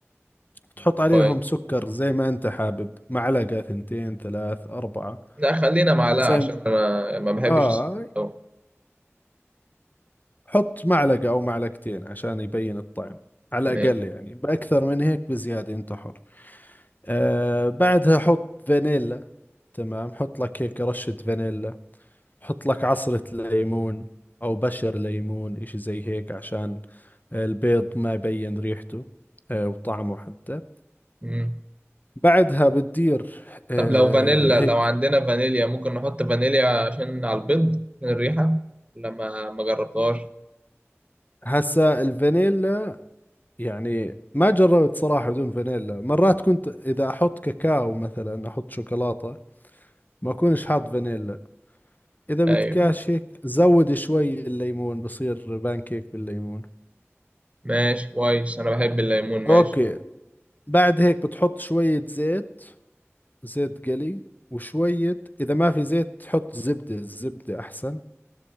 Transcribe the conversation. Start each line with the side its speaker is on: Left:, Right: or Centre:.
Left: بتحط عليهم
Right: كويس
Left: سكر زي ما انت حابب معلقة ثنتين ثلاث اربعة
Right: لا خلينا معلقه
Left: زي
Right: عشان انا ما بحبش
Left: آه
Right: السكر أوي.
Left: حط معلقة أو معلقتين عشان يبين الطعم على
Right: ماشي
Left: الأقل يعني بأكثر من هيك بزيادة أنت حر آه بعدها حط فانيلا تمام حط لك هيك رشة فانيلا حط لك عصرة ليمون أو بشر ليمون إشي زي هيك عشان البيض ما يبين ريحته آه وطعمه حتى
Right: مم.
Left: بعدها بتدير آه
Right: طب لو فانيلا
Left: هيك
Right: لو عندنا فانيليا ممكن نحط فانيليا عشان على البيض عشان الريحه لما ما ما جربتهاش
Left: هسا الفانيلا يعني ما جربت صراحة بدون فانيلا مرات كنت إذا أحط كاكاو مثلا أحط شوكولاتة ما أكونش حاط فانيلا إذا بدكاش
Right: ايوه
Left: هيك زود شوي الليمون بصير بانكيك بالليمون
Right: ماشي كويس انا بحب الليمون ماشي
Left: أوكي بعد هيك بتحط شوية زيت زيت قلي وشوية إذا ما في زيت تحط زبدة الزبدة أحسن